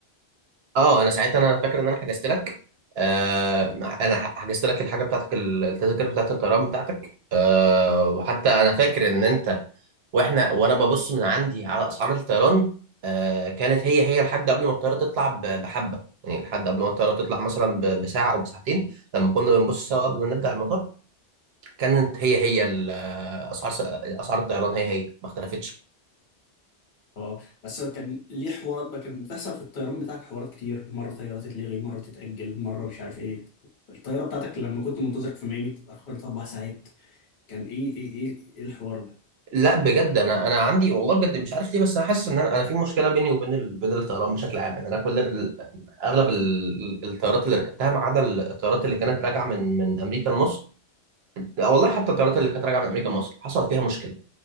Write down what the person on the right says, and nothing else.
اه انا ساعتها انا فاكر ان انا حجزت لك آه انا حجزت لك الحاجه بتاعتك ال- التذاكر بتاعت الطيران بتاعتك آه وحتى انا فاكر ان انت واحنا وانا ببص من عندي على اسعار الطيران آه كانت هي هي لحد قبل ما الطياره تطلع ب- بحبه يعني لحد قبل ما الطياره تطلع مثلا ب- بساعه او بساعتين لما كنا بنبص سوا قبل ما نرجع المطار كانت هي هي ال- اسعار اسعار الطيران هي هي ما اختلفتش
لا بجد انا انا عندي والله بجد مش عارف ليه بس انا حاسس ان انا انا في مشكله بيني وبين ال- بدل الطيران بشكل عام يعني انا كل ال- اغلب ال- الطيارات اللي ركبتها ما عدا الطيارات اللي كانت راجعه من من امريكا لمصر لا والله حتى الطيارات اللي كانت راجعه من امريكا لمصر حصل فيها مشكله